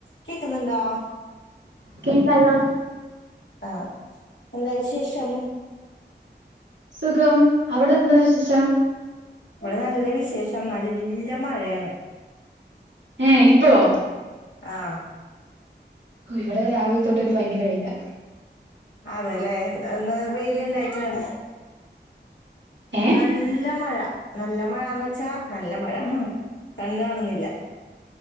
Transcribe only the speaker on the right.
കേക്കാല്ലോ
സുഖം അവ്ടെ എന്തോ വിശേഷം
ഏ ഇപ്പളോ
ഓ ഇവ്ടെ രാവ്ൽ തൊട്ട് ഇൻക് ഭയങ്കര വെയിലാ
ഏ